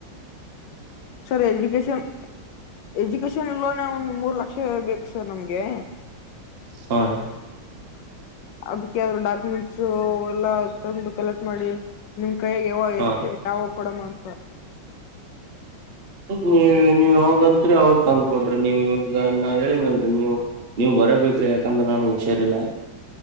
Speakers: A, on the left (about 70°); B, on the right (about 40°).
A: <inaudible> sir education education loan ಒಂದ ಮೂರು ಲಕ್ಷ ಬೇಕ ಸರ್ ನಮ್ಗೆ
B: ಸೋರಿ
A: ಅದಕ್ಕೆ ಡಾಕ್ಯುಮೆಂಟ್ಸ್ ಎಲ್ಲ ತಂದು ಕಲೆ ಮಾಡಿವಿ ನಿಮ್ ಕೈಯಾಗ ಯಾವೋ
B: ಹಾ
A: ಎಷ್ಟು ಯಾವೋ ಕೂಡ ಮಾಡ ತ್ತ
B: ನೀ ನೀವ ಹೋಗಂತ್ರಿ ಅವಾಗ ತಂದ್ ಕೊಡ್ರಿ ನೀವು ಇವಾಗ ಹೇಳ ಮಲ್ರಿ ನೀವು ನೀವ್ ಬರಬೇಕ್ರಿ ಯಾಕಂದ್ರ ನನ್ಗ್ ಹುಷಾರಿಲ್ಲ